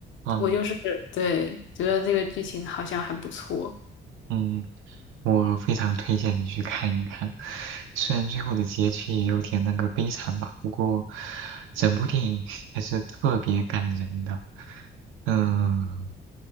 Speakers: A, on the right (about 85°); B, on the left (about 75°).
A: 啊。
B: 我就是对，觉得这个剧情好像还不错。
A: 嗯，我非常推荐你去看一看，虽然最后的结局也有点那个悲惨吧，不过整部电影还是特别感人的，嗯，